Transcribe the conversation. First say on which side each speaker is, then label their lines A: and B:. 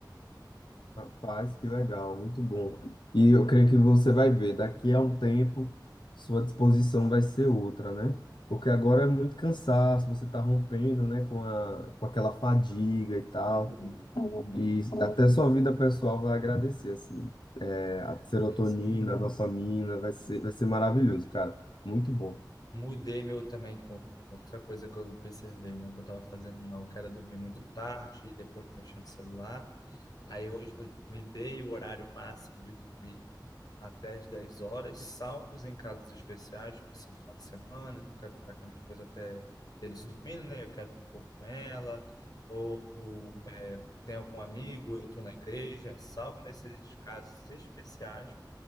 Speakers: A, on the left; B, on the left.
A: Rapaz, que legal, muito bom. E eu creio que você vai ver, daqui a um tempo, sua disposição vai ser outra, né? Porque agora é muito cansaço, você está rompendo, né, com a, com aquela fadiga e tal,
B: Uhum, uhum.
A: e até sua vida pessoal vai agradecer, assim. É, a serotonina,
B: É isso.
A: a dopamina, vai ser, vai ser maravilhoso, cara. Muito bom.
B: Mudei meu também, tipo, outra coisa que eu observei, né? Que eu tava fazendo mal, que era dormir muito tarde e depois mexer no celular. Aí hoje eu me dei o horário máximo de dormir até as 10 horas, salvos em casos especiais, tipo assim, final de semana, que eu quero ficar com a minha esposa até ter isso dormindo, né? Eu quero ficar um pouco com ela, ou é, tem algum amigo, eu estou na igreja, salvo nesses casos especiais,